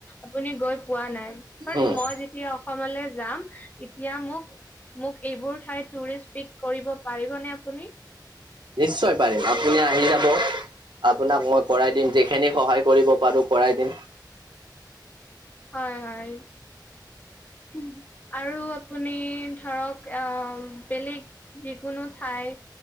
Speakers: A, on the left (about 20°); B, on the right (about 85°).
A: আপুনি গৈ পোৱা নাই বাত
B: উম।
A: মই যেতিয়া অসমলৈ যাম এতিয়া মোক মোক এইবোৰ ঠাই টুৰিষ্ট পিক কৰিব পাৰিবনে আপুনি
B: নিশ্চয় পাৰিম আপুনি আহি যাব আপোনাক মই কৰাই দিম যিখিনি সহায় কৰিব পাৰো কৰাই দিম।
A: হয়, হয় উম আৰু আপুনি ধৰক আহ বেলেগ যিকোনো ঠাই